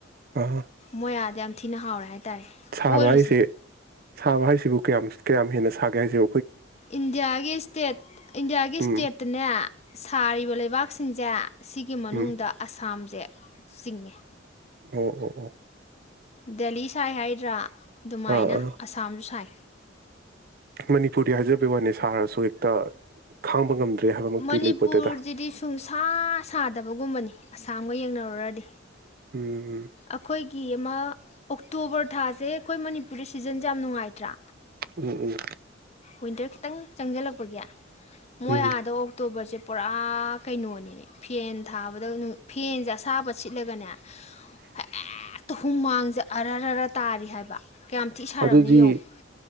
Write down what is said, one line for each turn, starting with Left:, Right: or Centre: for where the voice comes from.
Right: ꯑꯥ
Left: ꯃꯣꯏ ꯌꯥꯗ ꯊꯤꯅ ꯍꯥꯎꯔꯦ ꯍꯥꯏꯇꯥꯔꯦ
Right: ꯁꯥꯕ
Left: ꯀꯣꯏꯔꯨꯁꯤ
Right: ꯍꯥꯏꯁꯦ ꯁꯥꯕ ꯍꯥꯏꯁꯤꯕꯨ ꯀꯌꯥꯝ ꯀꯌꯥꯝ ꯍꯦꯟꯅ ꯁꯥꯒꯦ ꯍꯥꯏꯁꯤꯦ
Left: ꯏꯟꯗꯤꯌꯥꯒꯤ ꯏꯁꯇꯦꯠ ꯏꯟꯗꯤꯌꯥꯒꯤ
Right: ꯎꯝ
Left: ꯏꯁꯇꯦꯠꯇꯅꯦ ꯁꯥꯔꯤꯕ ꯂꯩꯕꯥꯛ ꯀꯛꯆꯤꯡꯖꯥ ꯁꯤꯒꯤ ꯃꯅꯨꯡꯗ
Right: ꯎꯝ
Left: ꯑꯁꯥꯝꯁꯦ ꯁꯤꯡꯉ
Right: ꯎꯝ ꯎꯝ ꯎꯝ
Left: ꯗꯦꯂꯤ ꯁꯥꯏ ꯍꯥꯏꯗ꯭ꯔꯥ ꯑꯗꯨꯃꯥꯏꯅ
Right: ꯑ ꯑ
Left: ꯑꯁꯥꯝꯁꯨ ꯁꯥꯏ
Right: ꯃꯅꯤꯄꯨꯔꯔꯤ ꯍꯥꯏꯖ ꯑꯗꯨ ꯋꯥꯅꯤ ꯁꯥꯔꯁꯨ ꯍꯦꯛꯇ ꯈꯥꯡꯕ ꯉꯝꯗ꯭ꯔꯦ ꯍꯥꯏꯕꯃꯛꯇꯤ
Left: ꯃꯅꯤꯄꯨꯔꯁꯤꯗꯤ
Right: ꯂꯩꯄꯣꯠꯇꯦꯗ
Left: ꯁꯨꯡꯁꯥ ꯁꯥꯗꯕꯒꯨꯝꯕꯅꯤ ꯑꯁꯥꯝꯒ ꯌꯦꯡꯅꯔꯨꯔꯗꯤ
Right: ꯎꯝ
Left: ꯑꯩꯈꯣꯏꯒꯤ ꯑꯃ ꯑꯣ ꯇꯣꯕꯔ ꯊꯥꯁꯦ ꯑꯩꯈꯣꯏ ꯃꯅꯤꯄꯨꯔꯗꯤ ꯁꯤꯖꯟꯁꯦ ꯌꯥꯝ ꯅꯨꯡꯉꯥꯏꯇ꯭ꯔꯥ
Right: ꯎꯝ ꯎꯝ
Left: ꯋꯤꯟꯇꯔ ꯈꯤꯇꯪ ꯆꯪꯁꯤꯜꯂꯛꯄꯒꯤ ꯃꯣꯏ
Right: ꯎꯝ
Left: ꯑꯥꯗ ꯑꯣꯛꯇꯣꯕꯔꯁꯦ ꯄꯨꯔꯥ ꯀꯩꯅꯣꯅꯤ ꯐꯦꯟ ꯊꯥꯕꯗ ꯐꯦꯟꯁꯦ ꯑꯁꯥꯕ ꯁꯤꯠꯂꯒꯅꯦ ꯍꯦꯛꯇ ꯍꯨꯝꯃꯥꯡꯁꯦ ꯑꯔꯔꯔ ꯇꯥꯔꯤ ꯍꯥꯏꯕ ꯀꯌꯥꯝ ꯊꯤ ꯁꯥꯔꯝꯅꯤ
Right: ꯑꯗꯨꯗꯤ
Left: ꯌꯦꯡꯉꯣ